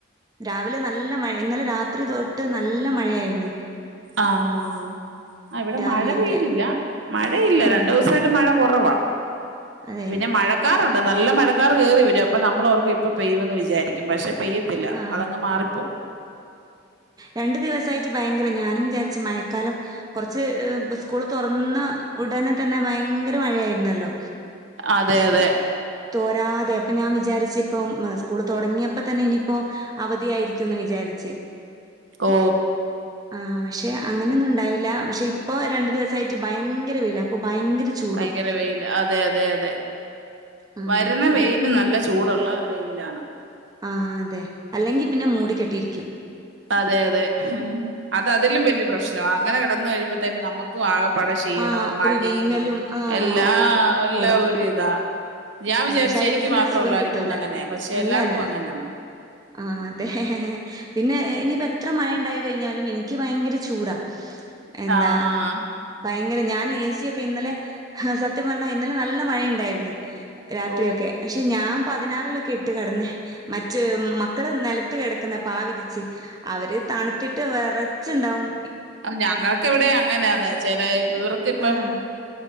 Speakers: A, on the right; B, on the right.
A: രാവിലെ ന നല്ല മഴ ഇന്നലെ രാത്രി തൊട്ട് നല്ല മഴ ആയിരുന്നു
B: ആഹ് ആ ഇവിടെ
A: രാവിലെയൊക്കെ
B: മഴ പെയ്തില്ല മഴയില്ല
A: ആഹ്
B: രണ്ട് ദിവസ ട്ട് മഴ കൊറവാ
A: അതെ
B: പിന്നെ മഴ ക്കാറുണ്ട് നല്ല മഴക്കാർ കേറി വെരും അപ്പൊ നമ്മള് ഓർക്കും ഇപ്പ പെയ്യും എന്ന് വിചാരിക്കും പക്ഷേ പെയ്യ് ത്തില്ല
A: ആഹ്
B: അതങ്ങ് മാറിപ്പോവും
A: രണ്ട് ദിവസായിട്ട് ഭയങ്കര ഞാനും വിചാരിച്ചു മഴക്കാലം കൊറച്ച് സ്കൂള് തൊറന്ന ഉടനെ തന്നെ ഭയങ്കര മഴ ആയിരുന്നല്ലോ
B: അതെ അതെ
A: തോരാതെ അപ്പൊ ഞാൻ വിചാരിച്ചു ഇപ്പം സ്കൂൾ തൊടങ്ങിയപ്പോ തന്നെ ഇനി ഇപ്പോ അവധി ആയിരിക്കും എന്ന് വിചാരിച്ച്
B: ഓ
A: ആഹ് പക്ഷേ അങ്ങനെ ഒന്നും ഉണ്ടായില്ല പക്ഷേ ഇപ്പൊ രണ്ടു ദിവസം ആയിട്ട് ഭയങ്കര വെയിലാ അപ്പൊ ഭയങ്കര ചൂടും
B: ഭയങ്കര വെയില് അതെ അതെ അതെ
A: ആഹ്
B: വരുന്ന വെയില് നല്ല ചൂടുള്ള വെയില് ആണ്
A: ആഹ് അതെ അല്ലെങ്കി പിന്നെ മൂടി കെട്ടി ഇരിക്കും
B: അതെ അതെ അത് അതിലും വലിയ പ്രശ്നവാ അങ്ങനെ കടന്ന് കഴിയുമ്പത്തേക്കും നമ ക്കുവാ ആകപ്പാടെ ക്ഷീണം
A: ആഹ്
B: മടിയും
A: ഒരു വിങ്ങലും ആഹ്
B: എല്ലാ
A: ഒക്കെ
B: എല്ലാ
A: കൂടെ
B: ഒരു ഇതാ ഞാൻ വിചാരിച്ചു
A: ആഹ് ശരീരത്തിനൊരു
B: എനിക്ക് മാത്രം
A: സുഖം
B: ഒള്ളൂ ആയിരിക്കും
A: കിട്ടൂല
B: എന്ന് അങ്ങനെ പക്ഷേ
A: അല്ല
B: എല്ലാർക്കും
A: അല്ല
B: അങ്ങനെ ആണോ
A: ആഹ് അതെ പിന്നെ ഇനി ഇപ്പ എത്ര മഴ ഉണ്ടായി കഴിഞ്ഞാലും എനിക്ക് ഭയങ്കര ചൂടാ എന്താ
B: ആ
A: ഭയങ്കര ഞാൻ എ സി ഒക്കെ ഇന്നലെ സത്യം പറഞ്ഞാ ഇന്നലെ നല്ല മഴ ഉണ്ടായിരുന്ന് രാത്രി
B: ഓ
A: ഒക്കെ പക്ഷെ ഞാൻ പതിനാറില് ഒക്കെ ഇട്ട് കിടന്നേ മ മക്കള് നെലത്ത് കേടക്കുന്നെ പായ വിരിച്ച് അവര് തണുത്തിട്ട് വെറച്ച് ഇണ്ടാവും
B: അത് ഞങ്ങൾക്ക് ഇവിടെ അങ്ങനെ ആണെന്ന് ചെലേ ഇവർക്ക് ഇപ്പം
A: ആഹ്